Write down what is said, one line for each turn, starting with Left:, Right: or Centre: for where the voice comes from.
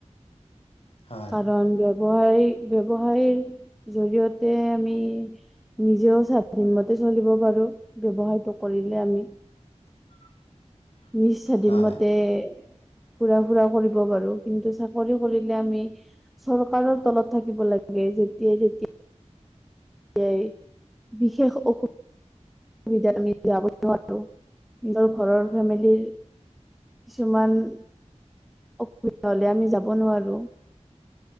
Left: হয়
Centre: কাৰণ ব্যৱসায় ব্যৱসায়ীৰ জৰিয়তে আমি নিজেও স্বাধীনমতে <unintelligible> পাৰো ব্যৱসায়টো কৰিলে আমি
Left: <inaudible>
Centre: নিশ স্বাধীন
Left: হয়
Centre: মতে ফুৰা ফুৰা কৰিব পাৰো কিন্তু চাকৰি কৰিলে আমি চৰকাৰৰ তলত থাকিব লাগে যেতিয়াই তেতিয়াই <unintelligible> বিশেষ অসু বিধাত আমি যাব নোৱাৰো নিজৰ ঘৰৰ ফেমিলিৰ কিছুমান <unintelligible> <unintelligible> আমি যাব নোৱাৰো